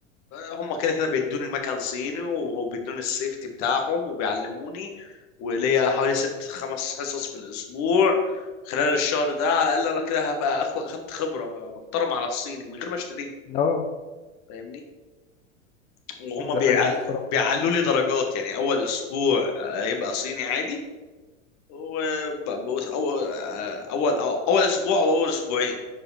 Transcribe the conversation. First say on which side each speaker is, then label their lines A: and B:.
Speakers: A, on the left (about 45°); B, on the left (about 15°).
A: هم كده كده بيدوني مكان صيني وهو بيدوني السيفتي بتاعهم وبيعلموني وليا حوالي ست خمس حصص في الاسبوع خلال الشهر ده على الاقل انا كده هبقى أخو- اخدت خبره محترمه على الصيني من غير ما اشتريه
B: اه
A: فاهمني وهم
B: ده
A: بيعل...
B: حقيقة الصراحة
A: بيعلوا لي درجات يعني اول اسبوع آه، هيبقى صيني عادي وأول أول آه، أول آه، أول أسبوع أو أول أسبوعين